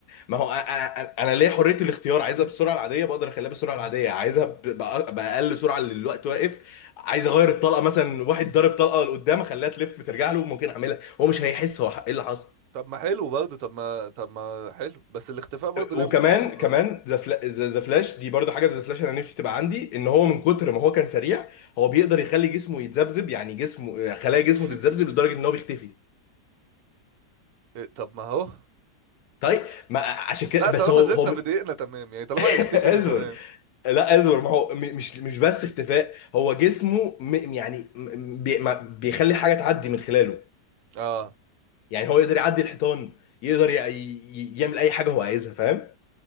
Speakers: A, on the left; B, on the right.
A: ما هو انا انا أنا ليا حريه الاختيار عايزها بالسرعه العاديه بقدر اخليها بالسرعه العاديه عايزها ب- بأ- باقل سرعه اللي الوقت واقف عايز اغير الطلقه مثلا واحد ضارب طلقه لقدام اخليها تلف ترجع له ممكن اعملها هو مش هيحس هو ايه اللي حصل
B: طب ما حلو برضه طب ما طب ما حلو بس الاختفاء برضه
A: وكمان
B: ليها متعتها الخاصة
A: كمان ذا فلا- ذا- ذا فلاش دي برضه حاجه ذا فلاش انا نفسي تبقى عندي ان هو من كتر ما هو كان سريع هو بيقدر يخلي جسمه يتذبذب يعني جسمه خلايا جسمه
B: <laughs>
A: تتذبذب لدرجه ان هو بيختفي
B: إيه، طب ما هو
A: طيب ما عشان كده
B: لا
A: بس
B: طالما
A: هو
B: زدنا
A: هو
B: في دقيقنا تمام يعني طالما
A: <laughs>
B: هيختفي
A: اسف
B: ان تمام
A: لا اصبر ما هو م- مش مش بس اختفاء هو جسمه م يعني م- بي ما بيخلي حاجه تعدي من خلاله
B: اه
A: يعني هو يقدر يعدي الحيطان يقدر ي- ي- يعمل اي حاجه هو عايزها فاهم